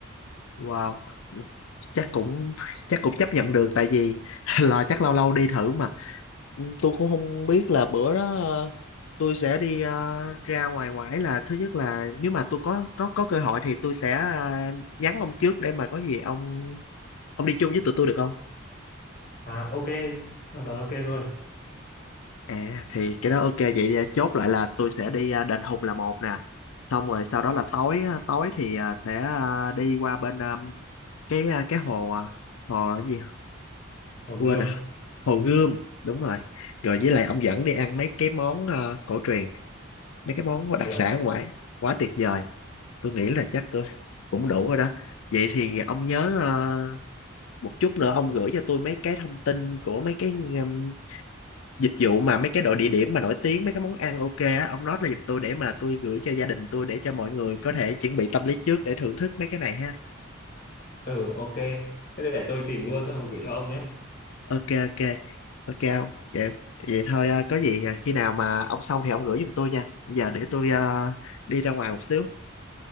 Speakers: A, on the left (about 75°); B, on the left (about 40°).
A: Wow, chắc cũng chắc cũng chấp nhận được tại vì <laughs> là chắc lâu lâu đi thử mà. Ừ, Tôi cũng không biết là bữa đó ờ, tôi sẽ đi ờ, ra ngoài ngoải là thứ nhất là nếu mà tôi có có có cơ hội thì tôi sẽ ờ, nhắn ông trước để mà có gì ông ông đi chung với tụi tôi được không?
B: à ok hoàn toàn ok luôn
A: À thì cái đó ok vậy thì chốt lại là tôi sẽ đi ờ, Đền Hùng là một nè. Xong rồi sau đó là tối á, tối thì ờ, sẽ ờ, đi qua bên ờ, cái ờ, cái hồ ờ, hồ cái gì
B: Hồ
A: quên
B: Gươm
A: rồi Hồ Gươm đúng rồi rồi với lại ông dẫn đi ăn mấy cái món ờ, cổ truyền mấy cái món đặc
B: được
A: sản ở ngoài quá tuyệt vời tôi nghĩ là chắc tôi cũng đủ rồi đó vậy thì ông nhớ ờ, một chút nữa ông gửi cho tôi mấy cái thông tin của mấy cái ừm, dịch vụ mà mấy cái đội địa điểm mà nổi tiếng mấy cái món ăn ok á ông nói là giùm tôi để mà tôi gửi cho gia đình tôi để cho mọi người có thể chuẩn bị tâm lý trước để thưởng thức mấy cái này ha
B: ừ ok thế để tôi tìm luôn xong rồi gửi cho ông nhé
A: ok ok ok không. vậy, vậy thôi
B: Ờ,
A: à, có gì à, khi nào mà ông xong thì ông gửi giùm tôi nha giờ để tôi à, đi ra ngoài một xíu